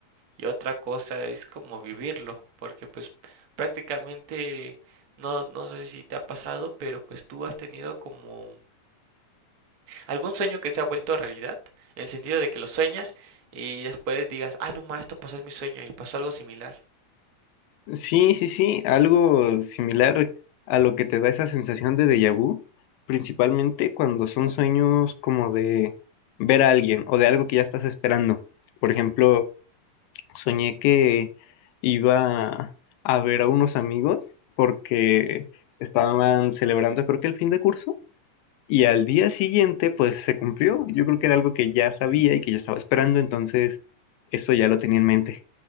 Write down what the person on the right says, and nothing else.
y otra cosa es como vivirlo, porque pues prácticamente no, no sé si te ha pasado, pero pues tú has tenido como ¿Algún sueño que se ha vuelto realidad? En el sentido de que lo sueñas y después digas, ah, no, más, esto pasó en mi sueño y pasó algo similar.